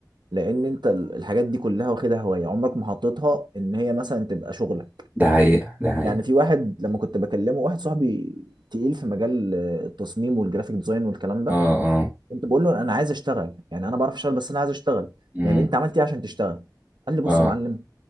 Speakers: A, on the right; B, on the right.
A: لان انت ال- الحاجات دي كلها واخدها هوايه عمرك ما حطيتها ان هي مثلا تبقى شغلك
B: ده حقيقة ده حقيقة
A: يعني في واحد لما كنت بكلمه واحد صاحبي تقيل في مجال آه، التصميم والجرافيك ديزاين والكلام ده
B: اه اه
A: كنت بقول له انا عايز اشتغل يعني انا بعرف اشتغل بس انا عايز اشتغل
B: امم
A: يعني انت عملت ايه عشان تشتغل قال لي بص
B: اه
A: يا معلم